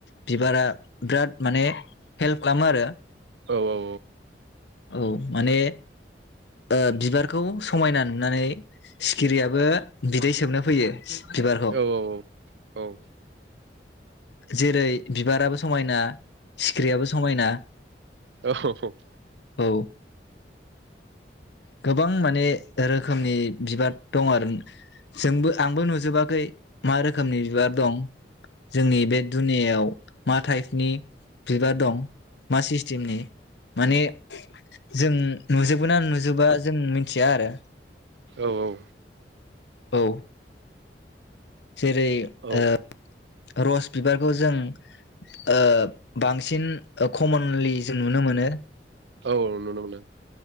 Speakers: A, on the left; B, on the right.
A: बिबारा बिराद माने हेल्प खालामो आरो।
B: औ औ औ।
A: औ माने ओ बिबारखौ समायना नुनानै सिखिरियाबो बिदै सोबनो फैयो। बिबारखौ
B: औ औ औ औ।
A: जेरै बिबाराबो समायना सिखिरियाबो समायना
B: ओहोऔ <inaudible>
A: औ गोबां माने रोखोमनि बिबार दं आरो जोंबो आंबो नुजोबाखै मा रोखोमनि बिबार दं जोंनि बे दुनियाव मा टाइपनि बिबार दं मा सिस्टेमनि माने जों नुजोबो ना नुजोबा जों मिथिया आरो
B: औ औ
A: औ जेरै
B: औ
A: ओ रस बिबारखौ जों ओ बांसिन कमनलि जों नुनो मोनो।
B: औ नुनो मोननो